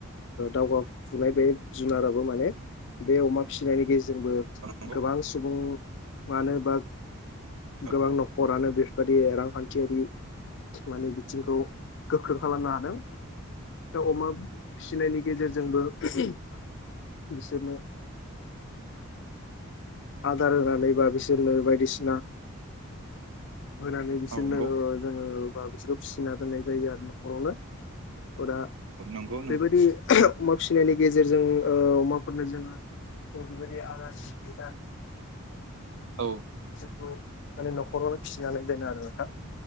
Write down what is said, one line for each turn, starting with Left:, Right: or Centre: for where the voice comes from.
Left: दावगाफुनाय बे जुनाराबो माने बे अमा फिसिनायनि गेजेरजोंबो
Right: नंगौ
Left: गोबां सुबुं मानो होनोबा
Right: औ
Left: गोबां न'खरानो बेबायदि रांखान्थियारि माने बिथिंखौ गोख्रों खालामनो हादों दा अमा फिसिनायनि गेजेरजोंबो बिसोरनो आदार होनानै बा बिसोरनो बायदिसिना होनानै बिसोरनो
Right: औ नंगौ
Left: ओ जोङो बिसोरखौ फिसिना दोननाय जायो आरो न'खरावनो हरा
Right: नंगौ नंगौ
Left: बेबायदि अमा फिसिनायनि गेजेरजों ओ अमाफोरनो जोङो दि बदि आब दा <unintelligible>
Right: औ
Left: बिसोरखौ माने न'खरावनो फिसिनानै दोनो आरो नोंथां